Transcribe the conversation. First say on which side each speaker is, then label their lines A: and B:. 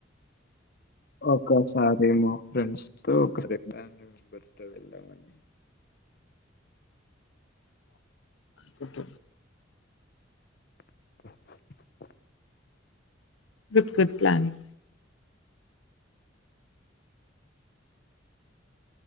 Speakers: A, on the left; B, on the left.
A: ఒకసారెమో ఫ్రెండ్స్తో ఒకసారి ఫేమిలీ <unintelligible> మెంబర్స్తో వెళ్ళామని
B: కుత్
A: <inaudible>
B: గుడ్ గుడ్ ప్లానింగ్